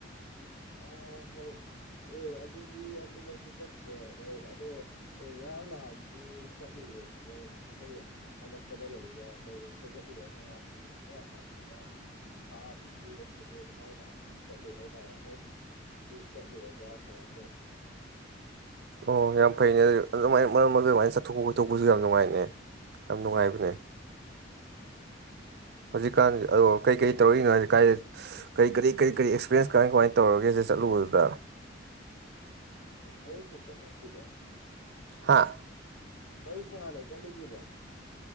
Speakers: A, on the left; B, on the right.
A: ꯑ ꯍꯣꯏ ꯑꯦ ꯑꯗꯨꯗꯤ ꯑꯗꯨꯃꯛꯇꯤ ꯆꯠꯇ꯭ꯔꯦ ꯑꯗꯣ ꯑꯦ ꯉꯔꯥꯡ ꯅꯍꯥꯟꯁꯤ ꯆꯠꯂꯤꯨꯌꯦ ꯑꯩꯈꯣꯏ ꯑꯅꯛꯄꯗ ꯂꯩꯔꯤꯕ ꯅꯧꯕ ꯁꯦꯝꯒꯠꯂꯤꯨꯕ ꯃꯌꯥꯝꯅ ꯌꯦꯡꯕ ꯌꯥꯝꯗꯅ ꯐꯝꯁꯤ ꯍꯥꯏꯗꯤ ꯉꯔꯥꯡ ꯅꯍꯥꯟꯁꯤ ꯆꯠꯂꯤꯨ ꯍꯥꯏꯇꯥꯔꯦ ꯆ ꯔꯖꯥ ꯐꯔꯗ
B: ꯑꯣ ꯌꯥꯝ ꯐꯩꯅꯦ ꯑꯗꯨ ꯑꯗꯨꯥꯏꯅ ꯃꯔꯝ ꯃꯔ ꯑꯗꯨꯃꯥꯏꯅ ꯆꯠꯊꯣꯛꯄ ꯈꯣꯠꯇꯣꯛꯄꯁꯨ ꯌꯥꯝ ꯅꯨꯡꯉꯥꯏꯅꯦ ꯌꯥꯝ ꯅꯨꯡꯉꯥꯏꯕꯅꯦ ꯍꯧꯖꯤꯛꯀꯥꯟ ꯑꯗꯣ ꯀꯔꯤ ꯀꯔꯤ ꯇꯧꯔꯛꯏꯅꯣ ꯍꯥꯏ ꯀꯥꯏ ꯀꯔꯤ ꯀꯔꯤ ꯀꯔꯤ ꯀꯔꯤ ꯑꯦꯛꯁꯄꯤꯔꯤꯦꯟꯁ ꯀꯃꯥꯏ ꯀꯃꯥꯏꯅ ꯇꯧꯔꯒꯦ ꯁꯤ ꯆꯠꯂꯨꯕꯗꯨꯗ
A: ꯑꯦꯃ ꯄꯨꯁꯁꯨꯕ
B: ꯍꯥꯥ
A: ꯂꯔꯤꯄꯨ ꯍꯥꯟꯅ ꯆꯠꯂꯨꯔꯤꯕꯣ